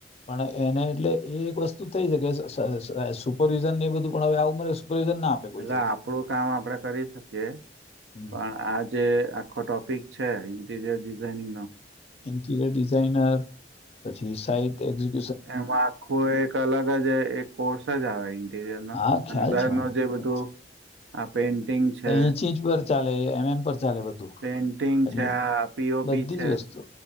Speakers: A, on the left (about 35°); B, on the right (about 85°).
A: પણ એને એટલે એ એક વસ્તુ થઈ <unintelligible> સુપરવિઝન ને એ બધું પણ અવે આ ઉંમરે સુપરવિઝન ના આપે કોઈ
B: એટલે
A: જલ્દી
B: આપડું કામ આપડે કરી શકીએ.
A: હમ
B: પણ આજે આખો ટોપિક છે ઇન્ટીરિયર ડિઝાઇનનો
A: ઇન્ટીરિયર ડિઝાઇનર પછી સાઈટ એક્ઝી
B: એમાં આખું એક અલગ જ એક કોર્સ જ આવે ઇન્ટિરિયરનો
A: હા ખ્યાલ
B: અંદર
A: છે મને
B: નો
A: ખ્યાલ
B: જે બધું
A: છે.
B: આ પેન્ટિંગ છે.
A: તો ઇંચ ઇંચ પર ચાલે એમ એમ પર ચાલે બધું
B: પેઇન્ટિંગ
A: એટલે
B: છે આ પીઓપી
A: બધી
B: છે
A: જ વસ્તુ